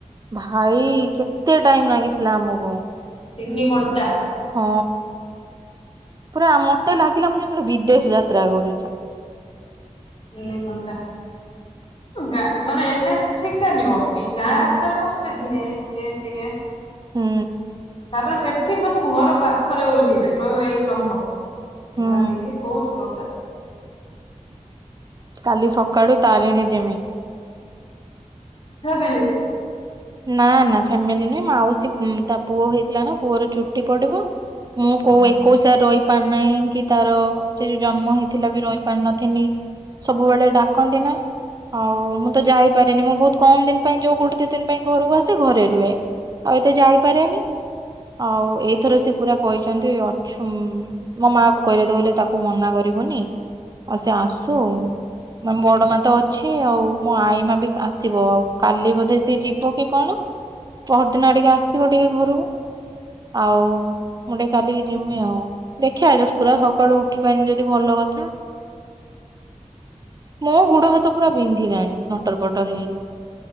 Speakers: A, on the right (about 30°); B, on the left (about 45°).
A: ଭାଇ କେତେ ଟାଇମ ଲାଗିଥିଲା ଆମକୁ।
B: ତିନି ଘଣ୍ଟା।
A: ହଁ। ପୁରା ମୋତେ ଲାଗେ। କିଲୋ ଆମେ ଜିମିତି ବିଦେଶ ଯାତ୍ରା କରୁଛି।
B: ଏନ ଘଣ୍ଟା ମାନେ ଏନ ଏଚ ରେ ଠିକ। ଚାଲିବ ଏଇ ଗାଁ
A: ହୁଁ
B: ରାସ୍ତାରେ ବସିଲେ ଧୀରେ। ଧୀରେ ଧୀରେ।
A: ହୁଁ।
B: ତାପରେ ସେଠି ସବୁ ଘର ପାଖରେ ଓହ୍ଲେଇବେ। ହଁ ଏଇଠି
A: ହୁଁ
B: ରଖ ଏଇଗୁଡା
A: ହୁଁ
B: ହେଇନି ବହୁତ ଚାଲି
A: କାଲି ସକାଳୁ ତାରିଣୀ ଜିମି।
B: ହେ ବିଲି।
A: ନା ନା ଫ୍ୟାମିଲି ନାଇଁ ମାଉସୀ ତା ପୁଅ ହେଇଥିଲା ନା ପୁଅର ଚୁଟି ପଡିବ। ମୁଁ କୋଉ
B: ଓହୋ
A: ଏକୋଇଶରେ ରହିି। ପାର ନାହିଁ କି ତାର ସେ ଯୋଉ ଜନ୍ମ ହେଇଥିଲା ବି ରହି ପାରିନଥିନି ସବୁବେଳେ ଡାକନ୍ତି ନା ଆଉ ମୁଁ ତ ଯାଇପାରେିନି ମୁଁ ବହୁତ କମ ଦିନ ପାଇଁ ଯୋଉ ଗୋଟେ ଦି ଦିନ ପାଇଁ। ଘରକୁ ଆସି ଘରେ ରୁହେ ଆଉ ଏତେ ଯାଇପାରେନି ଆଉ ଏଇଥର ସେ ପୁରା କହିଛନ୍ତି ଅଛୁ ମୋ ମା କୁ କହିଲେ ତ କହିଲେ ତାକୁ ମନା କରିବୁନି ଆଉ ସେ ଆସୁ। ମ ବଡ ମା ତ ଅଛି ଆଉ। ମୋ ଆଇ ମା ବି ଆସିବ ଆଉ କାଲି ବୋଧେ ସିଏ ଯିବ ପକେ କଣ ପର ଦିନ ଆଡିକେ ଆସ ଇବ ଟିକେ ଘରକୁ ଆଉ ମୁଁ ଟିକେ କାଲି ଯିମି ଆଉ ଦେଖିବା ପୁରା ସକାଳୁ ଉଠିପାରନି ଯଦି ଭଲ କଥା ମୋ ଗୋଡ ହାତ ପୁରା ବିନ୍ଧିଲାଣି। ନଟର ପଟର ହେଇକି